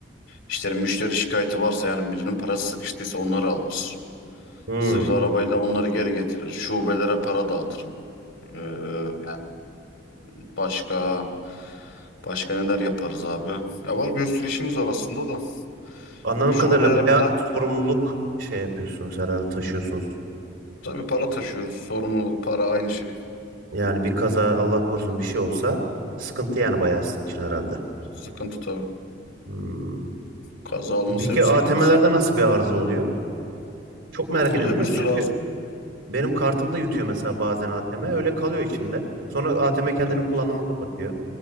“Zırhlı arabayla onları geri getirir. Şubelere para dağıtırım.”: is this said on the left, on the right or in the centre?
Left